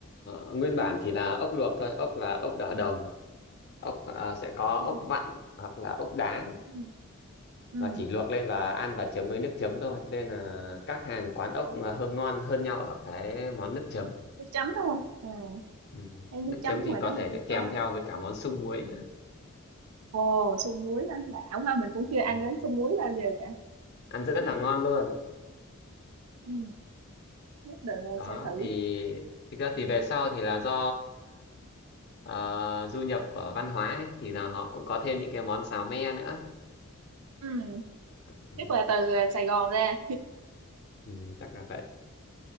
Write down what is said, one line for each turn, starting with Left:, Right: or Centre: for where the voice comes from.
Left: ờ, nguyên bản thì là ốc luộc thôi, ốc là ốc đỏ đồng, ốc ờ, sẽ có
Right: ừ.
Left: ốc vặn hoặc là ốc đá
Right: Ừ. Ừ.
Left: và chỉ luộc lên và ăn và chấm với nước chấm thôi. Nên là các hàng quán ốc
Right: Ừ.
Left: là hơn ngon hơn nhau ở cái món nước chấm.
Right: nước chấm đúng không à,
Left: Ừ.
Right: thấy nước
Left: Nước
Right: chấm
Left: chấm
Right: ngoài
Left: thì có
Right: đó hình
Left: thể
Right: như
Left: sẽ kèm
Right: có
Left: theo với cả món sung muối nữa.
Right: Ồ, sung muối ăn lão ha mình cũng chưa ăn
Left: Ừ.
Right: đến sung muối bao giờ cả.
Left: Ăn rất là ngon luôn.
Right: Ừ, nhất định là
Left: đó
Right: sẽ thử.
Left: thì thực ra thì về sau thì là do ờ, du nhập ở văn hóa ấy, thì là họ cũng có thêm những cái món xào me nữa
Right: Ừ,
Left: ừ,
Right: chắc là từ ờ, Sài Gòn ra.
Left: ừ, chắc là vậy